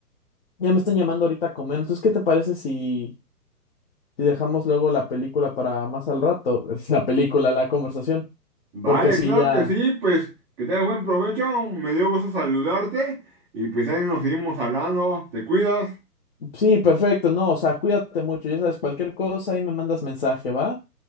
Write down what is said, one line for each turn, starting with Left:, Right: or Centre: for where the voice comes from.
Left: ya me están llamando ahorita a comer. Entonces, ¿qué te parece si, si dejamos luego la película para más al rato? <laughs> La película, la conversación.
Centre: Vale,
Left: Porque sí,
Centre: claro
Left: ya.
Centre: que sí, pues que tengas buen provecho, me dio gusto saludarte y pues ahí nos seguimos hablando, te cuidas,
Left: Sí, perfecto, no, o sea, cuídate mucho, ya sabes, cualquier cosa ahí me mandas mensaje, ¿va?